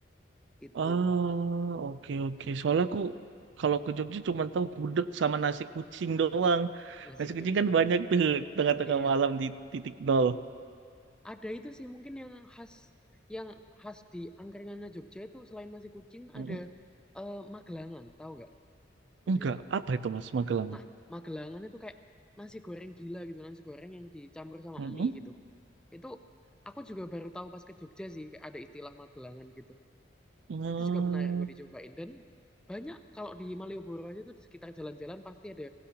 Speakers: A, in the centre; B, on the right (about 70°).
A: itu
B: Ah, oke oke. Soalnya aku kalau ke Jogja cuma tahu gudeg sama nasi kucing doang.
A: nasi
B: Nasi
A: kucing
B: kucing kan banyak tuh tengah-tengah
A: iya
B: malam di titik nol.
A: Ada itu sih mungkin yang khas yang khas di angkringannya Jogja itu selain nasi kucing
B: Heeh.
A: ada eh, magelangan, tahu nggak Mas
B: Enggak,
A: Kena?
B: apa itu Mas Magelangan?
A: Nah, magelangan itu kayak nasi goreng gila gitu, nasi goreng yang dicampur sama
B: Heeh.
A: mie gitu. Itu aku juga baru tahu pas ke Jogja sih kayak ada istilah magelangan gitu.
B: Nah,
A: Itu juga menarik buat dicobain dan banyak kalau di Malioboro aja tuh di sekitar jalan-jalan pasti ada